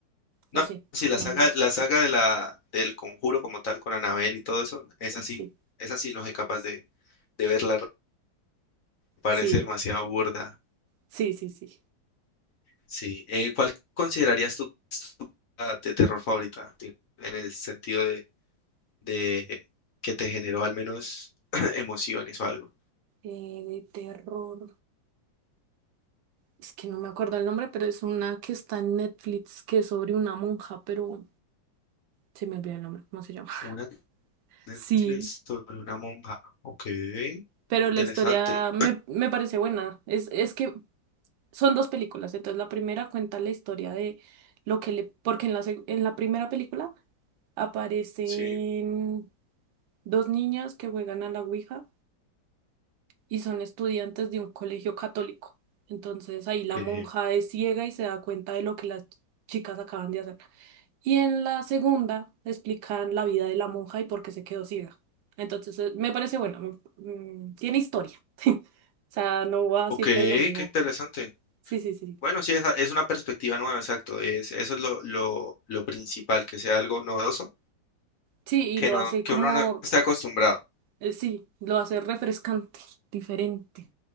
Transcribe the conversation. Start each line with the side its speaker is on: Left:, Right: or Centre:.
Left: No,
Right: no sé,
Left: sí, la
Right: no
Left: saga,
Right: me gustó.
Left: la saga de la, del Conjuro como tal, con Anabel y todo eso, es así,
Right: Sí,
Left: es así, no soy capaz de, de verla, parece
Right: sí,
Left: demasiado burda.
Right: sí, sí, sí.
Left: Sí, Eh, ¿cuál considerarías tu, tu película de terror favorita? Digo, En el sentido de de que te generó al menos <clears throat> emociones o algo.
Right: Eh, de terror. es que no me acuerdo el nombre, pero es una que está en Netflix, que es sobre una monja, pero se me olvidó el nombre, ¿cómo se llama? <laughs>
Left: Una Netflix
Right: Sí,
Left: sobre una monja. Ok,
Right: pero
Left: interesante.
Right: la historia me, me parece buena. Es, es que son dos películas, entonces la primera cuenta la historia de lo que le... Porque en la, seg- en la primera película aparecen
Left: Sí,
Right: dos niñas que juegan a la Ouija y son estudiantes de un colegio católico. Entonces ahí la
Left: ok.
Right: monja es ciega y se da cuenta de lo que las chicas acaban de hacer. Y en la segunda explican la vida de la monja y por qué se quedó ciega. Entonces eh, me parece bueno, me- mm, tiene historia. <laughs> O sea, no va
Left: Ok,
Right: siempre
Left: qué
Right: de lo mismo.
Left: interesante.
Right: Sí, sí, sí.
Left: Bueno, sí, es, es una perspectiva nueva, exacto. Es, eso es lo, lo, lo principal, que sea algo novedoso,
Right: Sí, y
Left: que
Right: lo
Left: no,
Right: hace
Left: que
Right: como,
Left: uno no esté acostumbrado.
Right: eh, sí, lo hace refrescante, diferente,